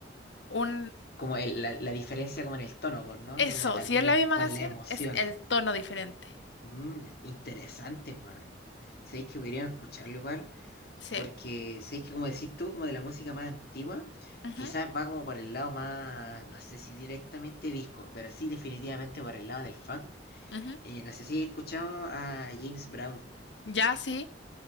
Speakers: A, on the left (about 80°); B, on the left (about 60°).
A: un
B: Como el- la, la diferencia como en el tono, pues, ¿no?
A: Eso,
B: Y como también
A: si es la
B: en,
A: misma
B: con
A: canción,
B: la emoción.
A: es el tono diferente.
B: Mm, interesante, weón. Sabéis que podrían escucharlo igual,
A: Sí.
B: porque sabéis que como decís tú, como de la música más antigua,
A: Ujú,
B: quizás va como por el lado más, no sé si directamente disco, pero sí definitivamente por el lado del funk.
A: ujú.
B: Eh, no sé si he escuchado a James Brown.
A: Ya, sí.